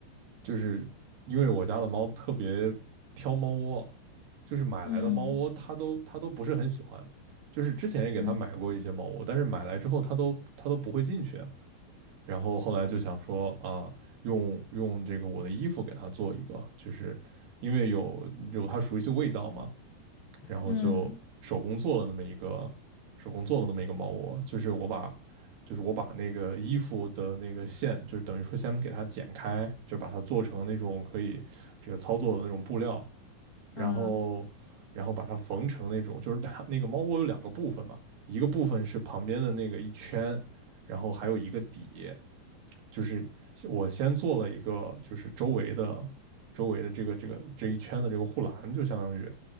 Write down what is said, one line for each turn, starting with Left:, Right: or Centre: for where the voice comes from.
Right: 就是因为我家的猫特别挑猫窝，就是买来的猫窝它都它都不是很喜欢，
Left: 嗯
Right: 就是之前也给它买过一些猫窝，
Left: 嗯
Right: 但是买来之后它都它都不会进去，然后后来就想说啊，用用这个我的衣服给它做一个，就是因为有有它熟悉的味道嘛，然后就手工做了那么一个手工做了那么一个猫窝，
Left: 嗯
Right: 就是我把就是我把那个衣服的那个线，就是等于说先给它剪开，就把它做成那种可以这个操作的那种布料，然后然后把它缝成那种，
Left: 嗯
Right: 就是它那个猫窝有两个部分嘛，一个部分是旁边的那个一圈，然后还有一个底，就是我先做了一个就是周围的。周围的这个这个这一圈的这个护栏，就相当于，